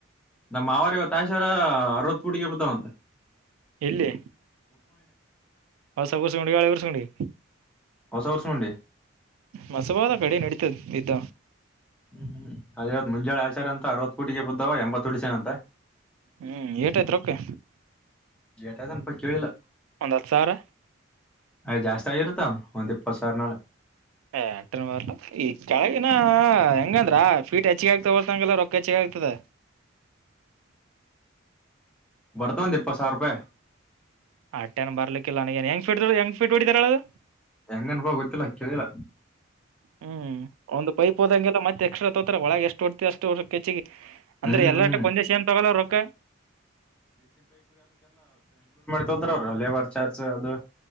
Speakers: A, in the centre; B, on the right (about 85°).
A: ನಮ್ಮ್ ಅವರಿವ ತಾಷರ ಅರವತ್ ಪೂಟಿಗೆ ಬದಾವ ಅಂತ
B: ಎಲ್ಲಿ ಹೊಸ ಕುರ್ಸ್ಕೊಂಡು ಗಾಳೆ ಕರ್ಸ್ಕೊಂಡಿ
A: ಹೊಸ ವರ್ಷನಡಿ
B: ಮಸವಾದ ಕಡೆ ನಡೀತದ ಬಿದ್ದ
A: ಹ್ಮ್ ಹ್ಮ್ ಅದೇವದ ಮುಂಜಳ ಆಚಾರ ಅರವತ್ತು ಪುಟಿಗೆ ಬದವ ಎಂಬತ್ ಹುಡ್ಸನ ಅಂತ
B: ಹ್ಮ್ ಏಟಯ್ತ್ ರೊಕೆ
A: ೇಟಾಯ್ನಪ ಕೇಳಿಲ್ಲ
B: ಒಂದು ಸರ
A: ಅಯ್ ಜಾಸ್ತಿ ಆಗಿರತ್ತ ಒಂದ್ ಇಪ್ಪತ್ತು ಸಾವಿರನಾಲ
B: ಏ ಅಟನ ಬರ್ಲ ಈ ಕೆಳಗಿನ ಹೆಂಗಂದ್ರ ಫೀಟ್ ಹೆಚ್ಚಿಗೆ ಆಗಿ ತಗೊಳ್ತಂಗಗೆಲ್ಲ ರೊಕ್ ಕ ಚೆಾಗತಾ
A: ಬರ್ತಾಂತ ಇಪ್ಪತ್ತು ಸಾವಿ ರೂಪಾಯಿ
B: ಹಟ್ಟೆೇನ ಬರ್ಲಿಕ್ಕಿಲ್ಲ ನನ ನ್ ಹೆಂಗಫಡ್್ ಹೆಗೆ ೀಟ್ ಬಿಡಿದರ ಅದು
A: ಹೆಂಗ ಅನಪ ಗೊತ್ತಿಲ್ಲ ಕೇಳಿಲ್ಲ
B: ಹ್ಮ್ ಒಂದು್ ಪೈಪ್ ಹೋದಂಗೆಲ್ಲ ಮತ್ತೆ ಎಕ್ಸ್ಟ್ರಾ ತೋತಾರ ಒಳಗೆ ಎಷ್ಟು ಹೊಡ್ತಿ ಅಷ್ಟು ಕೆಚ್ಚಿಗೆ ಅಂದ್ರೆ
A: ಹ್ಮ್
B: ಎಲ್ಲಷ್ಟ
A: ಹ್ಮ್
B: ಕೊಂದೆ ಸೇಮ್ ತಗೊಲ್ಲ ರೊಕ್ಕ
A: ತೊಂದ್ರವ್ರ ಲೇಬರ್ ಚಾರ್ಜ್ ಅದು